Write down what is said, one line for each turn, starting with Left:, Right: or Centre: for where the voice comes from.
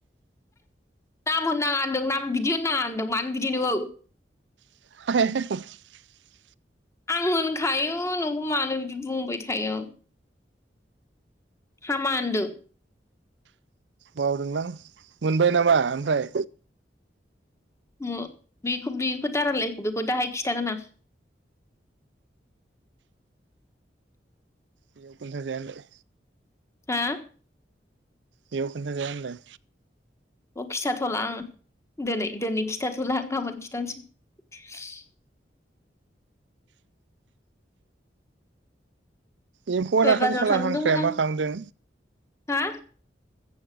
Left: नाम होननाङा होनदों नाम बिदि होननाङा होनदों मानो बिदि नोंङो
Right: <unintelligible>
Left: आं होनखायो नोंखौ मानो बिदि बुंबाय थायो। हामा होन्दो।
Right: बावदोंलां मोनबाय नामा ओमफ्राय?
Left: उम बेखौ बेखौ दारायलाय बेखौ दाहाय खिथागोन आं।
Right: बेयाव खोनथा जाया होनलाय।
Left: हा
Right: बेयाव खोन्था जाया होनलाय।
Left: अ खिथाथ'ला आं दिनै दिनै खिथाथ'ला गाबोन खिथानोसै।
Right: एम्फौआ
Left: दहाय
Right: दाखालि
Left: बाजाराव
Right: साला
Left: थांदोंमोन
Right: हांख्राया
Left: आं
Right: मा खालामदों।
Left: हा